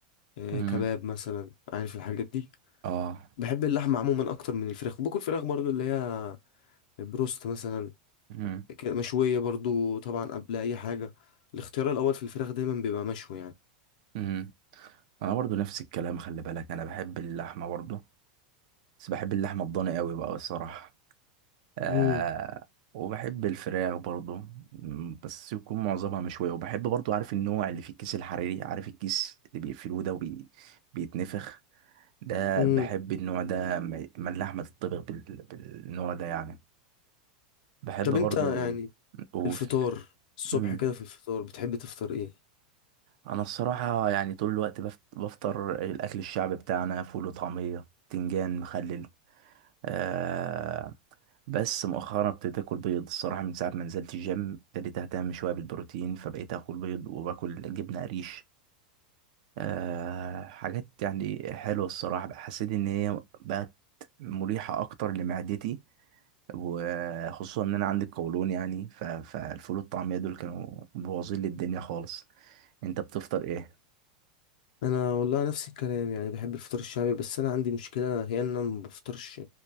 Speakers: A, on the left; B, on the right.
A: آه،
B: امم
A: كباب مثلا عارف الحاجات دي
B: اه
A: بحب اللحمه عموما اكتر من الفراخ وباكل فراخ برضو اللي هي بروست مثلا
B: امم
A: كده مشويه برضو طبعا قبل اي حاجه الاختيار الاول في الفراخ دايما بيبقى مشوي يعني
B: امم انا برضو نفس الكلام خلي بالك انا بحب اللحمة برضو بس بحب اللحمة الضاني قوي بقى الصراحة آه
A: امم
B: وبحب الفراخ برضو مم، بس يكون معظمها مشوية وبحب برضو عارف النوع اللي في الكيس الحريري عارف الكيس اللي بيقفلوه ده وبيتنفخ ده
A: امم
B: بحب النوع ده م- ما اللحمة تطبخ بال- بالنوع ده يعني بحب
A: طب
B: برضو
A: انت يعني
B: قول
A: الفطار الصبح
B: مم.
A: كده في الفطار بتحب تفطر ايه
B: انا الصراحة يعني طول الوقت بفت- بفطر الاكل الشعبي بتاعنا فول وطعمية تنجان مخلل آه بس مؤخرا ابتديت اكل بيض الصراحه من ساعه ما نزلت الجيم ابتديت اهتم شويه بالبروتين فبقيت اكل بيض وباكل جبنه قريش آه حاجات يعني حلوه الصراحه حسيت ان هي بقت مريحه اكتر لمعدتي وخصوصا ان انا عندي القولون يعني ف- فالفول والطعميه دول كانوا مبوظين لي الدنيا خالص انت بتفطر ايه
A: انا والله نفس الكلام يعني بحب الفطار الشعبي بس انا عندي مشكله هي ان انا ما بفطرش